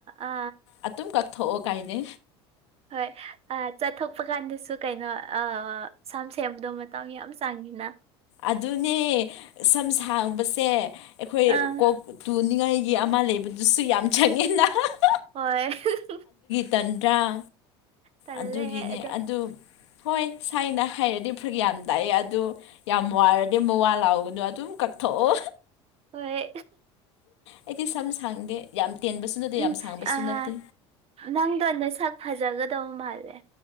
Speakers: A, on the right; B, on the left.
A: ꯑ
B: ꯑꯗꯨꯝ ꯀꯛꯊꯣꯛꯑꯣ ꯀꯥꯏꯗꯦ
A: ꯍꯣꯏ ꯑ ꯆꯠꯊꯣꯛꯄ ꯀꯥꯟꯗꯁꯨ ꯀꯩꯅꯣ ꯁꯝ ꯁꯦꯝꯕꯗꯣ ꯃꯇꯝ ꯌꯥꯝ ꯆꯥꯡꯉꯤꯅ
B: ꯑꯗꯨꯅꯦ ꯁꯝ ꯁꯥꯡꯕꯁꯦ ꯑꯩꯈꯣꯏ
A: ꯑꯥ
B: ꯀꯣꯛ <unintelligible> ꯀꯨꯅꯤꯡꯉꯥꯏꯒꯤ ꯑꯃ ꯂꯩꯕꯗꯨꯁꯨ ꯌꯥꯝ ꯆꯪꯉꯦꯅ <unintelligible>
A: ꯍꯣꯏ <unintelligible>
B: ꯇꯟ꯭ꯔꯥ ꯇꯟ
A: ꯇꯜꯂꯦ
B: ꯑꯗꯨꯒꯤꯅꯦ
A: ꯑꯗꯣ
B: ꯑꯗꯨ ꯍꯣꯏ ꯁꯥꯏꯅ ꯍꯥꯏꯔꯗꯤ ꯐ꯭ꯔꯒꯌꯥ <unintelligible> <unintelligible> ꯑꯗꯨ ꯌꯥꯝ ꯋꯥꯔꯗꯤ ꯃꯋꯥ ꯂꯥꯎꯒꯅꯣ ꯑꯗꯨꯝ ꯀꯛꯊꯣꯛꯑꯣ
A: ꯍꯣꯏ
B: ꯑꯩꯗꯤ ꯁꯝ ꯁꯥꯡꯗꯦ ꯌꯥꯝ ꯇꯦꯟꯕꯁꯨ ꯅꯠꯇꯦ
A: ꯎꯝ
B: ꯌꯥꯝ ꯁꯥꯡꯕꯁꯨ
A: ꯑ
B: ꯅꯠꯇꯦ
A: ꯅꯪꯗꯣ ꯅꯁꯛ ꯐꯖꯒꯗꯧ ꯃꯥꯜꯂꯦ